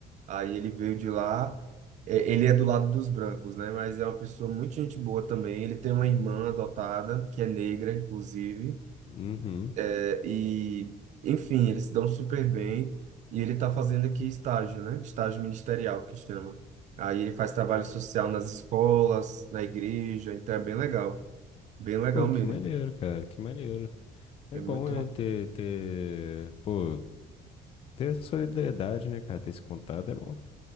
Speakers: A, on the right (about 50°); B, on the left (about 40°).
A: Aí ele veio de lá. É, ele é do lado dos brancos, né? Mas é uma pessoa muito gente boa também. Ele tem uma irmã adotada, que é negra, inclusive.
B: Uhum.
A: É, e, enfim, eles se dão super bem. E ele está fazendo aqui estágio, né? Estágio ministerial, que chama. Aí ele faz trabalho social nas escolas, na igreja, então é bem legal. Bem legal
B: Pô,
A: mesmo.
B: que maneiro, cara, que maneiro. É
A: É
B: bom,
A: muito.
B: né, ter, ter, pô, ter essa solidariedade, né, cara, ter esse contato é bom.